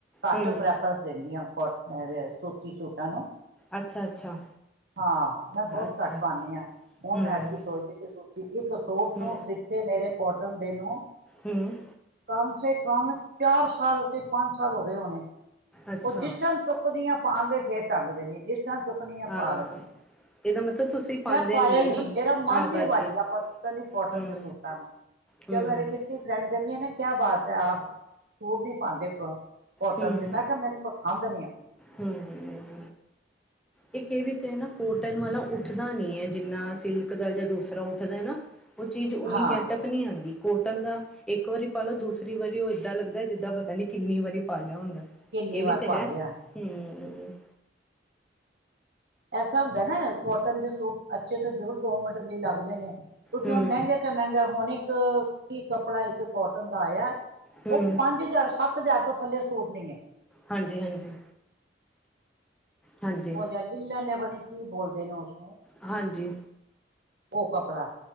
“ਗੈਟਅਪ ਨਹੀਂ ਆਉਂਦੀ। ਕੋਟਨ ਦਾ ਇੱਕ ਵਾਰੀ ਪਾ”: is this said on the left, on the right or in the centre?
Centre